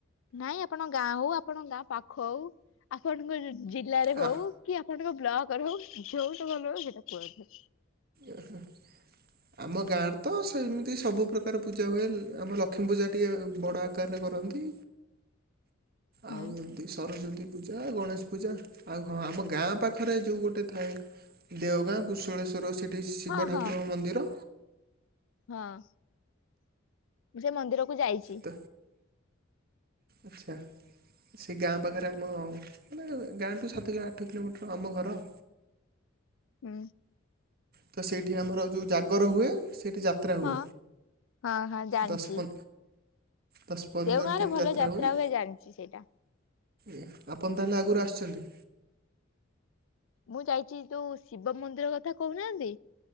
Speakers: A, on the left; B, on the right.
A: ନାଇଁ ଆପଣଙ୍କ ଗାଁ ହୋଉ ଆପଣଙ୍କ ଗାଁ ପାଖ ହଉ ଆପଣଙ୍କ ଜିଲ୍ଲାରେ ହଉ
B: ଆ
A: କି ସ୍ୟାଡ଼ୁରୁ ବ୍ଲକ୍ ରେ ହଉ ଯୋଉଟା ଭଲ ହୁଏ ସେଇଟା କୁହନ୍ତୁ।
B: ଏହେ ଆ ଆମ ଗାଁରେ ତ ସେମିତି ସବୁ ପ୍ର୍ରକାର ପୂଜା ହୁଏ। ଆମ ଲକ୍ଷ୍ମୀ ପୂଜା ଟିକେ ବଡ଼ ଆ କାରରେ କରନ୍ତି।
A: ହୁଁ
B: ଆଉ ଏମ୍ ତି ସରସ୍ଵତୀ ପୂଜା, ଗଣେଶ ପୂଜା। ଆଉ ହଁ ଆମ ଗାଁ ପାଖରେ ଯୋଉ ଗୋଟେ ଥାଏ ଦେଓଗାଁ କୁଶଳେଶ୍ୱର ସେଠି ଶିବ
A: ହଁ
B: ଠାକୁରଙ୍କ
A: ହଁ
B: ମନ୍ଦିର।
A: ହଁ ମୁଁ ସେ ମନ୍ଦିରକୁ ଯାଇଚି।
B: ତ ଆଚ୍ଛା। ସେ ଗାଁ ପାଖରେ ଆମ ମାନେ ଗାଁଠୁ ସାତ କି ଆଠ କିଲୋମିଟର୍ ଆମ ଘର।
A: ଉଁ।
B: ତ ସେଇଠି ଆମର ଯୋଉ ଜାଗର ହୁଏ। ସେଇଠି ଯା ତ୍ରା ହୁଏ
A: ହଁ ହଁ ହଁ ଜାଣିଛି।
B: ଦଶ ପ ଦଶ ପନ୍ଦର
A: ଦେଓଗାଁ
B: ଦିନ୍
A: ରେ ଭଲ
B: ଯାତ୍ରା ହୁଏ।
A: ଜାଣିଛି ସେଇଟା
B: ଏ ଆପଣ ତାହେଲେ ଆଗରୁ ଆସିଛନ୍ତି?
A: ମୁଁ ଯାଇଛି ଯୋଉ ଶିବ ମନ୍ଦିର କଥା କହୁ ନାହାଁନ୍ତି